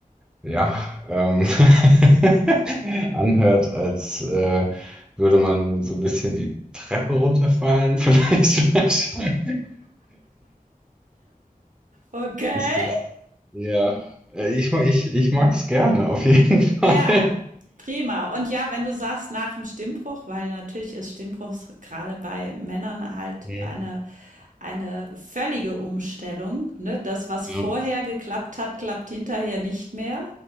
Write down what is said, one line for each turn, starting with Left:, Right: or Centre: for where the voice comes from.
Centre: ja, ähm, <laughs> anhört, als äh, würde man so ein bisschen die Treppe runterfallen, <laughs> vielleicht. manchmal.
Right: Okay.
Centre: Ist das, ja, äh, ich, mag- ich, ich mag es gerne, auf jeden <laughs> Fall.
Right: Ja, prima. Und ja, wenn du sagst nach dem Stimmbruch, weil natürlich ist Stimmbruch gerade bei Männern halt
Centre: Mhm.
Right: eine eine völlige Umstellung, ne? Das, was
Centre: Ja.
Right: vorher geklappt hat, klappt hinterher nicht mehr.